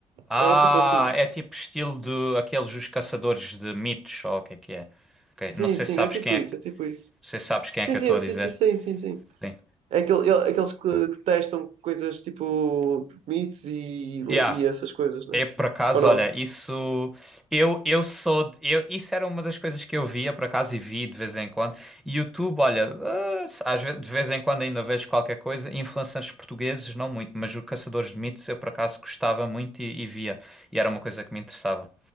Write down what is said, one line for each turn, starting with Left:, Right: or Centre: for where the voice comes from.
Centre: Ah,
Right: Era tipo assim.
Centre: é tipo estilo de aqueles os caçadores de mitos, ou o que é que é? Ok.
Right: Sim,
Centre: Não sei
Right: sim,
Centre: se sabes
Right: é tipo
Centre: quem é
Right: isso,
Centre: que, não
Right: é tipo isso.
Centre: sei se sabes quem
Right: Sim,
Centre: é que eu
Right: sim,
Centre: estou a
Right: sim,
Centre: dizer.
Right: sim, sim, sim, sim.
Centre: Sim.
Right: É aquele, é- aqueles que, que testam coisas tipo mitos e,
Centre: Yeah.
Right: e essas coisas, né?
Centre: É por acaso,
Right: Ou não?
Centre: olha, isso eu eu sou de- eu isso era uma das coisas que eu via por acaso e vi de vez em quando. E YouTube, olha, ah, às ve- de vez em quando ainda vejo qualquer coisa. Influencers portugueses não muito, mas o Caçadores de Mitos eu por acaso gostava muito e, e via e era uma coisa que me interessava.